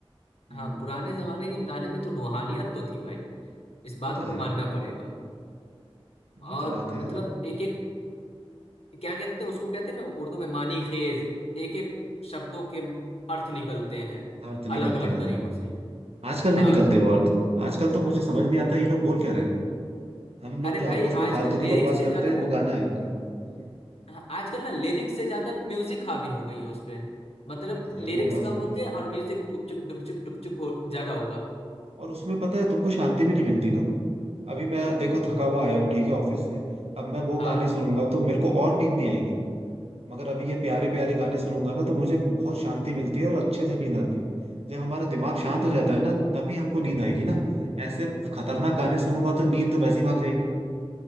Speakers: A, on the right; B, on the left.
A: हम्म
B: हाँ पुराने जमाने के गाने में तो रूहानियत तो थी भाई इस
A: वो
B: बात
A: तो है
B: को मानना पड़ेगा
A: वही
B: और
A: तो बात है
B: मतलब एक एक क्या कहते हैं उसको कहते हैं ना उर्दू में मानी खेज एक एक शब्दों के अर्थ निकलते हैं
A: अर्थ निकलते
B: अलग अलग
A: हैं हम
B: तरीकों से
A: आजकल नहीं
B: हाँ
A: निकलते वो अर्थ आजकल तो मुझे समझ नहीं आता ये लोग बोल क्या रहे हैं हम लोग
B: अरे
A: जो आपस
B: भाई
A: में
B: आजकल
A: फालतू की
B: लिरिक्स
A: बकवास
B: से
A: करते
B: ज्यादा
A: हैं
B: ना
A: वो गाना है इनका <laughs>
B: हाँ, आजकल ना लिरिक्स से ज्यादा म्यूजिक हावी हो गई है उसपे मतलब
A: वो तो है
B: लिरिक्स
A: वो बात
B: कम
A: सही
B: होंगे
A: है
B: और म्यूजिक डुपचुक डुपचुक डुपचुक हो ज्यादा होगा
A: और उसमें पता है तुमको शांति भी नहीं मिलती ना अभी मैं देखो थका हुआ आया हूँ ठीक है ऑफिस से अब मैं वो
B: हाँ
A: गाने सुनूंगा तो मेरे को और नींद नहीं आएगी मगर अभी ये प्यारे प्यारे गाने सुनूंगा ना तो मुझे बहुत शांति मिलती है और अच्छे से नींद आती है जब हमारा दिमाग शांत हो जाता है ना तभी हमको नींद आएगी ना ऐसे खतरनाक गाने सुनूंगा तो नींद तो वैसे ही भाग जाएगी